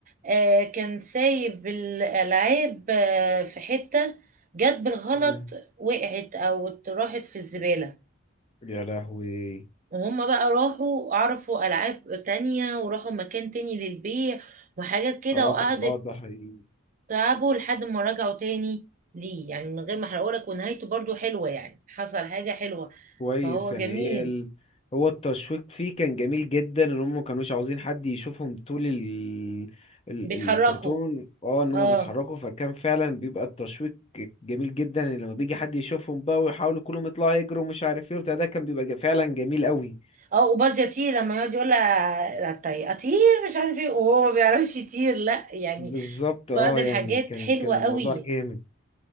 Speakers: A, on the right; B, on the left.
A: آه، كان سايب الالعاب آه، في حتة جت بالغلط
B: مم.
A: وقعت او راحت في الزبالة
B: يا لهوي
A: وهم بقى راحوا عرفوا العاب تانية وراحوا مكان تاني للبيع وحاجات كده
B: اه
A: وقعدت
B: اه ده حقيقي
A: تعبوا لحد ما رجعوا تاني ليه يعني من غير ما احرقهولك ونهايته برضو حلوة يعني حصل حاجة حلوة
B: كويس
A: فهو
B: يعني
A: جميل
B: ايه ال... هو التشويق فيه كان جميل جدا ان هم ما كانوش عاوزين حد يشوفهم طول ال... ال...
A: بيتحركوا
B: الكرتون اه ان هم
A: اه
B: بيتحركوا فكان فعلا بيبقى التشويق جميل جدا يعني لما بيجي حد يشوفهم بقى ويحاولوا كلهم يطلعوا يجروا ومش عارف ايه وبتاع ده كان بيبقى ج- فعلا جميل قوي
A: اه وباز يطير لما يقعد يقول لها طيب اطير مش عارف ايه وهو ما بيعرفش يطير لا يعني
B: بالظبط
A: بعض
B: اه
A: الحاجات
B: يعني كان
A: حلوة
B: كان الموضوع
A: قوي
B: جامد